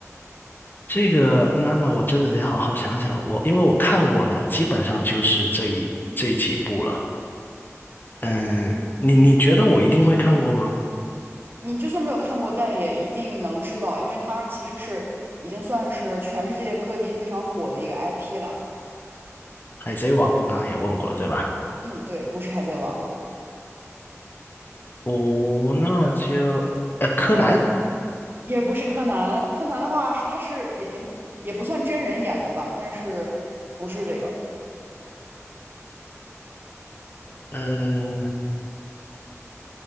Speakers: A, on the left; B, on the right.
A: 这个，那那我真的得好好想想。我因为我看过的基本上就是这一这几部了。嗯，你你觉得我一定会看过吗？
B: 你就算没有看过，但也一定能知道，因为它其实是已经算是全世界各地非常火的一个 IP 了。
A: 海贼王我刚刚也问过了，对吧？
B: 嗯，对，不是海贼王。
A: 哦，那就呃，柯南，
B: 也不是柯南，柯南的话是，他是也诶也不算真人演的吧，但是不是这个。
A: 嗯。